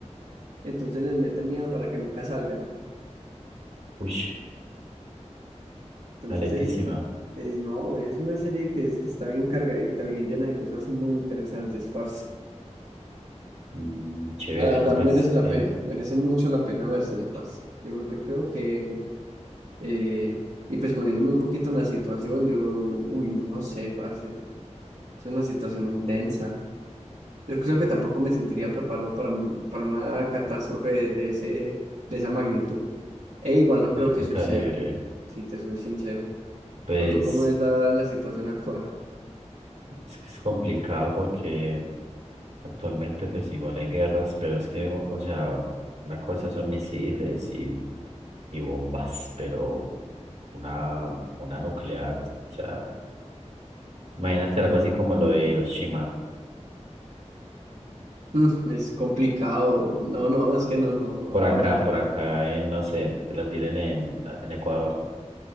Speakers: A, on the right; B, on the right.
A: Entonces les meten miedo para que nunca salgan.
B: Uy,
A: Entonces
B: aletísima.
A: es, es, no, es una serie que, es, que está bien cargadita, bien llena de cosas muy interesantes, parce.
B: Mm, chévere,
A: La verdad,
B: ¿no? Pues
A: merece
B: es
A: la
B: que
A: pena, merece mucho la pena vérsela, parce. Yo, yo creo que, eh, y pues poniéndome un poquito en la situación, yo, uy, yo no sé, parce, es una situación muy densa. Yo creo que tampoco me sentiría preparado para, un- para una catástrofe de ese, de esa magnitud. E igual no creo
B: de
A: que
B: ese
A: suceda,
B: calibre,
A: si te soy sincero.
B: pues
A: ¿O tú cómo es la, la situación actual?
B: es que es complicado porque actualmente pues igual hay guerras, pero es que, o o sea, una cosa son misiles y, y bombas, pero una, una nuclear, o sea, imagínate algo así como lo de Hiroshima.
A: Mm, Es complicado. No, no, es que no, no, no,
B: Por acá,
A: por donde
B: por acá, en, no sé, que la tiren en, en Ecuador.